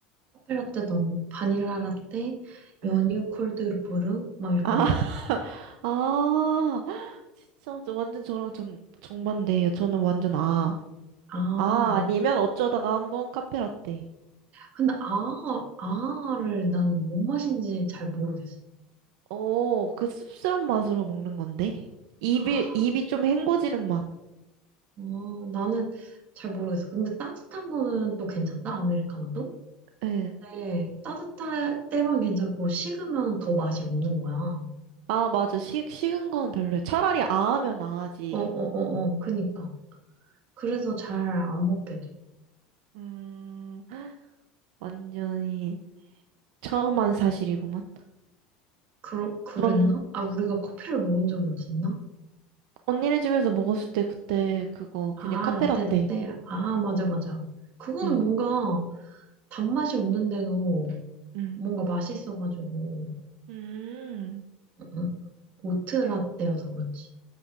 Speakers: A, on the right; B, on the right.
A: 커피 라떼도 안 먹고 바닐라 라떼, 연유
B: 응.
A: 콜드브루 막 약간
B: 아,
A: 이
B: 아, <gasps> 진짜 저- 완전 저랑 전 정반대예요. 저는 완전 아.
A: 아,
B: 아,
A: 뭐.
B: 아니면 어쩌다가 한번 카페라떼.
A: 근데 아, 아를 나는 뭔 맛인지 잘 모르겠어.
B: 오, 그 씁쓸한 맛으로 먹는 건데. 입이,
A: 아,
B: 입이 좀 헹궈지는 맛.
A: 어, 나는 잘 모르겠어. 근데 따뜻한 거는 또 괜찮다, 아메리카노도?
B: 예.
A: 근데 따뜻할 때만 괜찮고 식으면 더 맛이 없는 거야. 어,
B: 아, 맞아. 식, 식은 건 별로예요. 차라리 아 하면 아지.
A: 어, 어, 어. 그니까. 그래서 잘 안 먹게 돼.
B: 음, 완전히 처음한 사실이구만.
A: 그러, 그랬나?
B: 저는
A: 아, 우리가 커피를 먹은 적이 없었나?
B: 언니네 집에서 먹었을 때 그때 그거
A: 아,
B: 그냥 카페라떼.
A: 라떼, 라떼. 아, 맞아, 맞아. 그거는
B: 응
A: 뭔가 단맛이 없는데도
B: 음.
A: 뭔가 맛있어가지고.
B: 음.
A: 응, 응. 오트 라떼여서 그렇지.